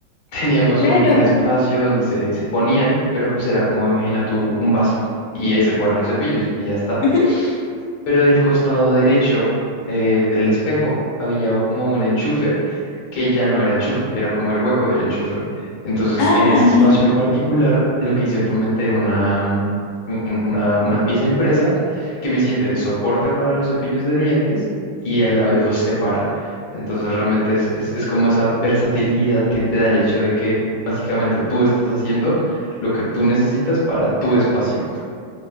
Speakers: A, on the left; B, on the left.
A: <laughs> teníamos
B: claro.
A: un, un espacio donde se, se ponían, pero pues era como, imagina tú, un vaso y ahí se ponen los cepillos y ya está.
B: Ujú.
A: Pero del costado derecho eh, del espejo había como un enchufe que ya no era enchufe, era como el hueco del enchufe. Entonces,
B: Ah,
A: en ese espacio
B: ok.
A: en particular, lo que hice fue meter una, mm, un- una, una pieza impresa que me sirve de soporte para los cepillos de dientes y a la vez los separa. Entonces, realmente es, es, es como esa versatilidad que te da el hecho de que básicamente tú estás haciendo lo que tú necesitas para tu espacio.